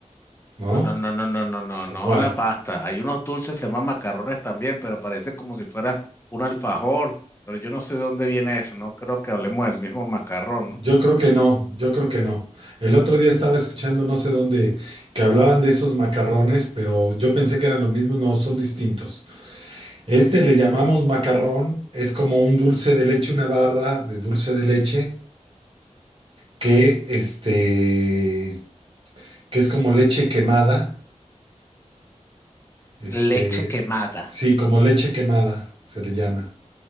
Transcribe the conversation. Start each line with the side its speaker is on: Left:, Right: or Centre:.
Right: ¿no?
Left: No, no, no, no, no, no, no,
Right: ¿O
Left: no,
Right: cuál?
Left: la pasta. Hay unos dulces, se llaman macarrones también, pero parece como si fuera un alfajor, pero yo no sé de dónde viene eso, no creo que hablemos del mismo macarrón,
Right: Yo
Left: ¿no?
Right: creo que no, yo creo que no. El otro día estaba escuchando no sé dónde que hablaban de esos macarrones, pero yo pensé que eran lo mismo, no, son distintos. Este le llamamos macarrón, es como un dulce de leche, una barra de dulce de leche que este que es como leche quemada Este,
Left: Leche quemada.
Right: sí, como leche quemada se le llama.